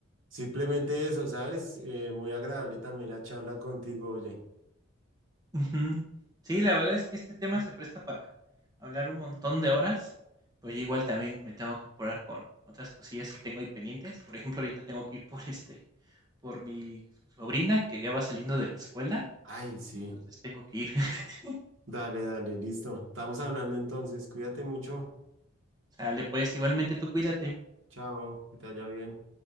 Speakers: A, on the right; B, on the right.
A: simplemente eso, ¿sabes? Eh, muy agradable también la charla contigo, oye.
B: ujú. Sí, la verdad es que este tema se presta para hablar un montón de horas, pero yo igual también me tengo que apurar con otras cosillas que tengo ahí pendientes. Por ejemplo, ahorita tengo que ir por este, por mi sobrina que ya va saliendo de la escuela,
A: Ay, sí.
B: entonces tengo que ir. <laughs>
A: Dale, dale, listo. Estamos hablando entonces. Cuídate mucho.
B: Sale, pues igualmente tú cuídate.
A: Chao, que te vaya bien.